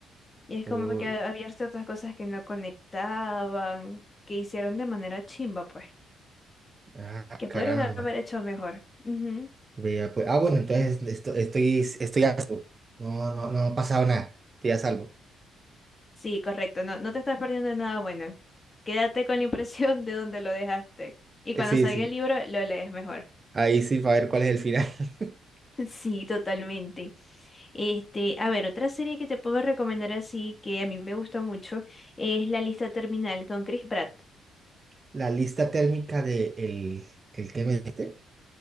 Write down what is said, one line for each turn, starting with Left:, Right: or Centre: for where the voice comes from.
Left: Y es
Right: Uy.
Left: como que ha- había ciertas cosas que no conectaban, que hicieron de manera chimba, pues,
Right: Ah,
Left: que
Right: caramba.
Left: pudieron haber hecho mejor. Ujú.
Right: Vea, pues. Ah, bueno, entonces esto- estoy, estoy a salvo. No, no, no ha pasado nada. Estoy a salvo.
Left: Sí, correcto, no, no te estás perdiendo de nada bueno. Quédate con la impresión de donde lo dejaste. Y
Right: Eh,
Left: cuando
Right: Sí,
Left: salga
Right: sí.
Left: el libro, lo lees mejor.
Right: Ahí sí, para ver cuál es el final. <laughs>
Left: <laughs> Sí, totalmente. Este, a ver, otra serie que te puedo recomendar así, que a mí me gusta mucho, es La Lista Terminal con Chris Pratt.
Right: La lista térmica de el, el que me diste.